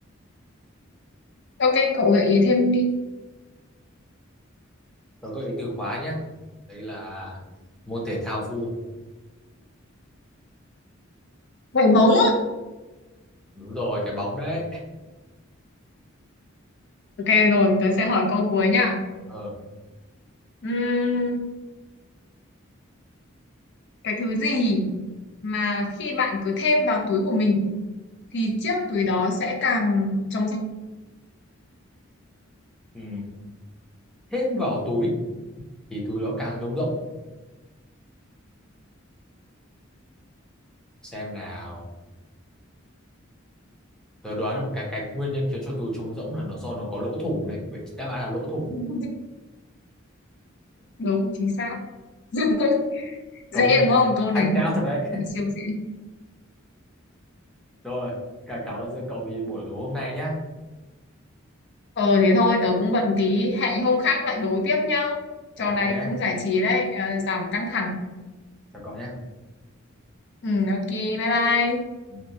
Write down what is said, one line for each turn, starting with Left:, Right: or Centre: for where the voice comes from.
Left: ok cậu gợi ý thêm đi
Centre: tớ gợi ý từ khóa nhé đấy là môn thể thao vua
Left: vải móng
Centre: đúng rồi cái bóng đấy
Left: ok rồi tớ sẽ hỏi câu cuối nha
Centre: ờ
Left: Ừm, cái thứ gì mà khi bạn cứ thêm vào túi của mình thì chiếc túi đó sẽ càng trống
Centre: ừ. thêm vào túi thì túi đó càng trống rỗng xem nào tớ đoán là một cái cái nguyên nhân khiến cho túi trống rỗng là nó do nó có lỗ thủng đấy vậy đáp án là lỗ thủng
Left: rỗng <laughs> đúng chính xác <laughs> dễ
Centre: công nhận
Left: đúng không câu này
Centre: hack não
Left: thôi
Centre: thật đấy
Left: thì siêu dễ
Centre: <laughs> rồi cả cảm ơn cậu vì buổi đố hôm nay nhá
Left: ờ thế thôi tớ cũng bận tí hẹn hôm khác lại đối tiếp nhá trò
Centre: chào cậu
Left: này
Centre: nhé
Left: cũng giải trí đấy ờ, giảm căng thẳng
Centre: chào cậu nhé
Left: ừ ok bye bye
Centre: Ừ.